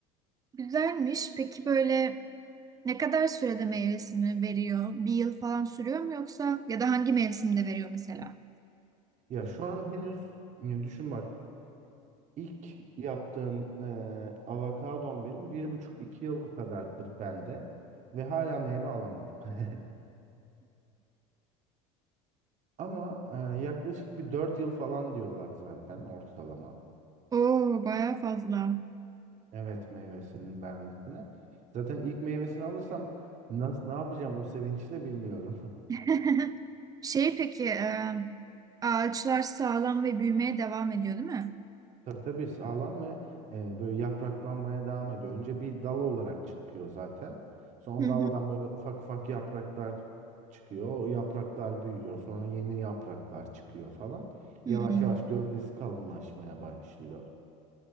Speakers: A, on the right (about 20°); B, on the right (about 45°).
A: Güzelmiş. Peki böyle ne kadar sürede meyvesini veriyor? Bir yıl falan sürüyor mu yoksa ya da hangi mevsimde veriyor mesela?
B: Ya şu an henüz e, düşün bak ilk yaptığım e, avokadom benim bir buçuk iki yıl kadardır bende ve hala meyve alamadım. <laughs> Ama e, yaklaşık bir dört yıl falan diyorlar zaten ortalama.
A: Oo, bayağı fazla.
B: Evet meyvesinin vermesine. Zaten ilk meyvesini alırsam nas- ne yapacağım o sevinçle bilmiyorum.
A: <laughs>
B: <laughs>
A: Şey peki e, ağaçlar sağlam ve büyümeye devam ediyor değil mi?
B: Tabii tabii sağlam ve e, böyle yapraklanmaya devam ediyor. Önce bir dal olarak çıkıyor zaten. Sonra
A: Hı
B: o
A: hı.
B: daldan böyle ufak ufak yapraklar çıkıyor. O yapraklar büyüyor. Sonra yeni yapraklar çıkıyor falan.
A: Hmm.
B: Yavaş yavaş gövdesi kalınlaşmaya başlıyor.